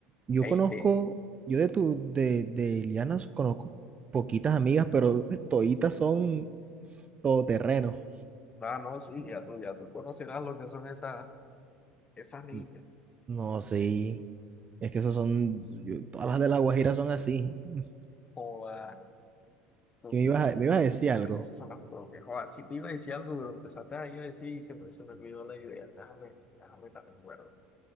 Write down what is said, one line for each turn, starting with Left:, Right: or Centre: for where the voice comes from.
Right: Yo
Left: Ey,
Right: conozco,
Left: te,
Right: yo de tu, de, de Liana conozco poquitas amigas, pero toditas son todoterreno.
Left: ah, no, sí, ya tú, ya tú conocerás lo que son esas, esas niñas.
Right: N- No, sí. Es que esos son, yo- todas las de La Guajira son así. <laughs>
Left: Joda, eso
Right: Que
Left: sí,
Right: me ibas
Left: eh,
Right: a, me ibas a decir algo.
Left: esas son las propias. Joda, si te iba a decir algo, pero empezaste ahí a decir y se me, se me olvidó la idea. Déjame, déjame la recuerdo.